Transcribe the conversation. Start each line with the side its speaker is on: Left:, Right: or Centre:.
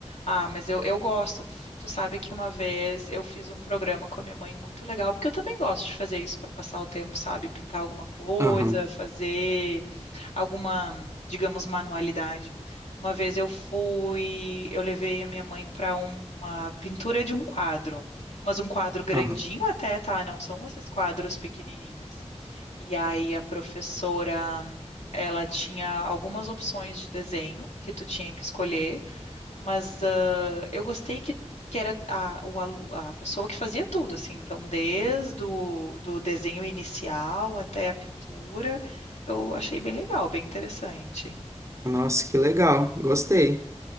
Left: Ah, mas eu, eu gosto. Tu sabe que uma vez eu fiz um programa com a minha mãe muito legal, porque eu também gosto de fazer isso para passar o tempo, sabe? Pintar alguma coisa,
Right: Aham,
Left: fazer. alguma, digamos, manualidade. Uma vez eu fui, eu levei a minha mãe para uma pintura de um quadro, mas um quadro grandinho
Right: aham.
Left: até, tá? Não são esses quadros pequenininhos. E aí a professora, ela tinha algumas opções de desenho que tu tinha que escolher. Mas ah, eu gostei que, que era a, o, alu- a pessoa que fazia tudo, assim. Então, desde o do desenho inicial até a pintura, eu achei bem legal, bem interessante.
Right: Nossa, que legal, gostei.